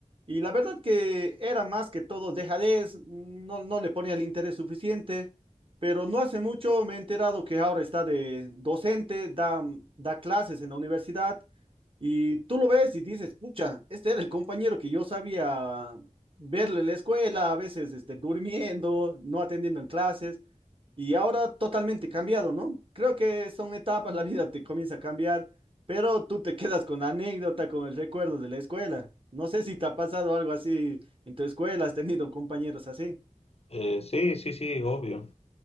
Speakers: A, on the right; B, on the left.
A: Y la verdad que era más que todo dejadez, no, no le ponía el interés suficiente, pero no hace mucho me he enterado que ahora está de docente, da, da clases en la universidad, y tú lo ves y dices, pucha, este era el compañero que yo sabía verlo en la escuela, a veces este, durmiendo, no atendiendo en clases. Y ahora totalmente cambiado, ¿no? Creo que son etapas, <laughs> la vida te comienza a cambiar, pero tú te quedas con la anécdota, con el recuerdo de la escuela. No sé si te ha pasado algo así en tu escuela, has tenido compañeros así.
B: Eh, sí, sí, sí, obvio.